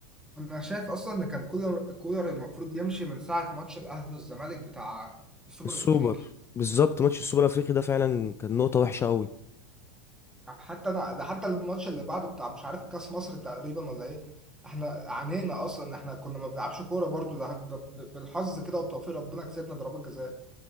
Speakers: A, in the centre; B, on the left.
A: انا شايف اصلا ان كان كولر كولر المفروض يمشي من ساعه ماتش الاهلي والزمالك بتاع السوبر
B: السوبر
A: الافريقي
B: بالظبط ماتش السوبر الأفريقي ده فعلا كان نقطة وحشة قوي
A: حتى انا ده حتى الماتش اللي بعده بتاع مش عارف كاس مصر تقريبا ولا ايه احنا عانينا اصلا احنا كنا ما بنلعبش كوره برضو ده, ده ب- بالحظ كده وبتوفيق ربنا كسبنا ضربات جزاء